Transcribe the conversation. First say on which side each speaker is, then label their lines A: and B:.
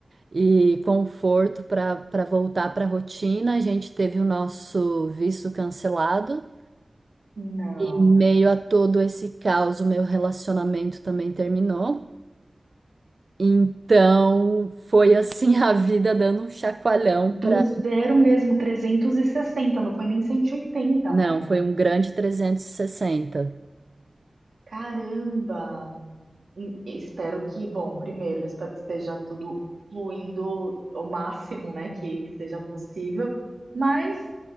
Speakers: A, on the right (about 55°); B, on the right (about 80°).
A: e conforto para para voltar para a rotina. A gente teve o nosso visto cancelado.
B: Não.
A: E meio a todo esse caos, o meu relacionamento também terminou. Então, foi assim a vida dando um chacoalhão
B: Do
A: para.
B: zero mesmo, 360. não foi nem 180,
A: Não,
B: né?
A: foi um grande 360.
B: Caramba! Hum, Espero que, bom, primeiro, espero que esteja tudo fluindo ao máximo, né, que, que seja possível, mas